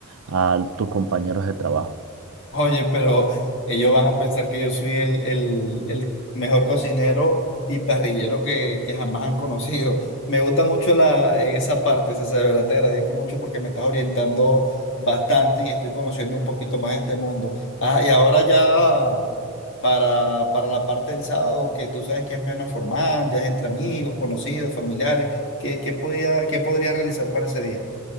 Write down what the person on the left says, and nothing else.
Oye, pero ellos van a pensar que yo soy el, el- el mejor cocinero y parrillero que, que jamás han conocido. Me gusta mucho la, esa parte, César, de verdad te agradezco mucho porque me estás orientando bastante y estoy conociendo un poquito más de este mundo. Ah, y ahora ya para, para la parte del sábado, que tú sabes que es menos formal, ya es entre amigos, conocidos, familiares, ¿qué, qué podía, qué podría realizar para ese día?